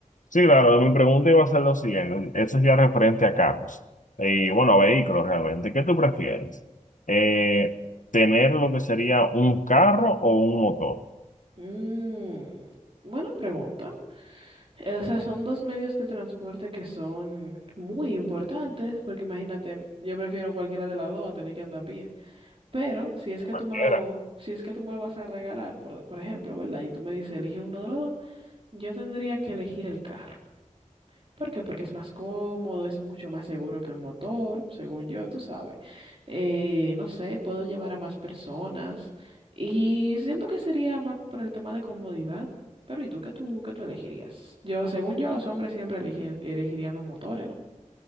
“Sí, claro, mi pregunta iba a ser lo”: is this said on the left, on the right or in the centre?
Left